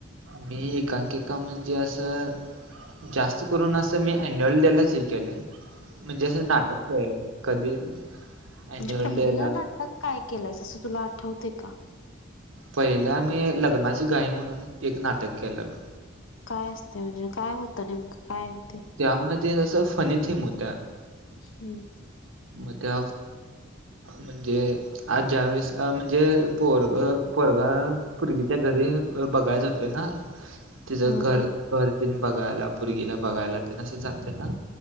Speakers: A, on the right (about 75°); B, on the left (about 75°).
A: मी एकांकिका म्हणजे असं जास्त करून असं मी ॲन्युअल डेलाच हे केलं आहे. म्हणजे असं नाटक केलय. कधी? अन्युअल
B: म्हणजे पहिलं
A: डे ला
B: नाटक काय केलंयस असं तुला आठवतय का?
A: पहिला मी लग्नाची घाई म्हणून एक नाटक केलेलो.
B: काय असतंय म्हणजे काय होतं नेमकं काय आहे ते?
A: त्यामध्ये असं फनी थीम होत्
B: हम्म.
A: म त्या म्हणजे? आज ज्या वेळेस म्हणजे पोरगं पोरगा पोरगीच्या घरी बघाय जातोय ना.
B: <inaudible>
A: तिच घर
B: हां
A: घर तन बघायला पोरीला बघायला तेन असं जातात ना.